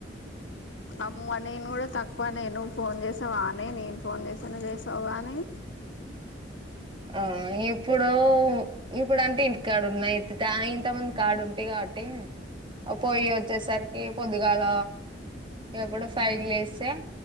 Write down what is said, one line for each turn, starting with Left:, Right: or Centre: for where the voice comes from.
Left: అమ్మ నేను కూడా తక్కువ నే నువ్వు ఫోన్ చేసావా ఆనే నేను ఫోన్ చేసాను చేస్తావు గానీ
Right: ఆ ఏప్పుడో ఇప్పుడు అంటే ఇంటికాడ ఉన్నాయి దాయి తమ్ముని కాడ ఉంటి కాబట్టి పోయి వచ్చేసరికి పొద్దుగాల ఎప్పుడు ఫైవ్ లేస్తే